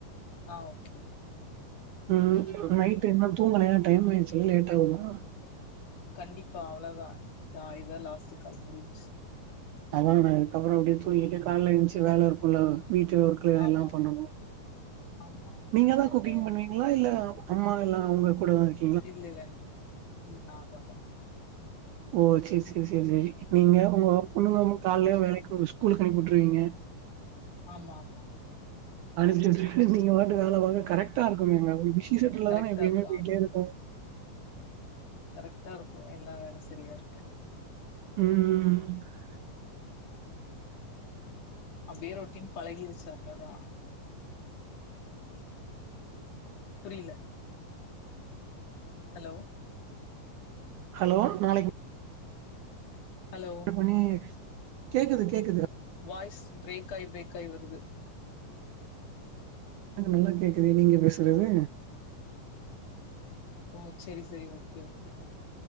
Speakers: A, on the left (about 60°); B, on the right (about 80°).
A: ஆ ஓகே
B: ம் நைட் என்ன தூங்கலயா டைம் ஆயிடுச்சுல்லே லேட் ஆகுமா
A: கண்டிப்பா அவ்ளோ தான் கா இதான் லாஸ்ட்டு கால் முடிஞ்ச்சு
B: அதான இதுக்கப்பறம் அப்பிடியே தூங்கிட்டே காலைல எந்துருச்சு வேல இருக்கும் இல்ல வீட்டு ஒர்க்கு
A: ஆமா
B: எல்லாம் பண்ணணும்
A: ஆமா ஆமா
B: நீங்க தான்
A: காலைல
B: குக்கிங் பண்ணுவீங்களா இல்ல அம்மா எல்லாம் உங்க கூடதான் இருக்கீங்
A: இல்ல இல்ல இல்ல நாந்தான் பண்ணு
B: ஓ செரி செரி செரி செரி நீங்க உங்க பொண்ணுங்க கால்லே வேலைக் ஒ. ஸ்கூலுக்கு அனுப்பி விட்டுருவீங்க
A: ஆமா ஆமா ஆமா
B: அனுப்பி சொல்ற நீங்க பாட்டு வேலை வா கரெக்டா இருக்குமங்க விஷி சுட்டுல
A: கரெக்டா
B: தா எப்பயுமே
A: இருக்கும்
B: போயிட்டே
A: ஆமா
B: இருக்கு
A: கரெக்டா இருக்கு என்னா வேணு சரியா இருக்கு
B: ம்
A: அவ்ற ஒருட்டையு பழகிடுச்சு அவ்ளோதா புரியல ஹலோ
B: ஹலோ நாளைக்கு
A: ஹலோ
B: அந்த பொண்ணு கேக்குது கேக்குது
A: வாய்ஸ் பிரேக் ஆயி பிரேக் ஆயி வருது
B: எனக்கு நல்லா கேக்குது நீங்க பேசுறது
A: ஓ சேரி சேரி ஓகே ஓகே